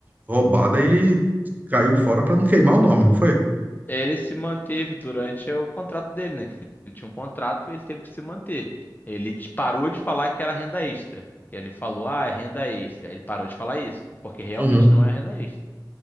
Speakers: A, on the right; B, on the left.
A: roubada, ele caiu fora pra não queimar o nome, não foi?
B: Ele se manteve durante o contrato dele, né? Ele tinha um contrato, ele teve que se manter. Ele te- parou de falar que era renda extra. Que ele falou, ah, é renda extra. Ele parou de falar isso, porque realmente
A: Uhum.
B: não é renda extra.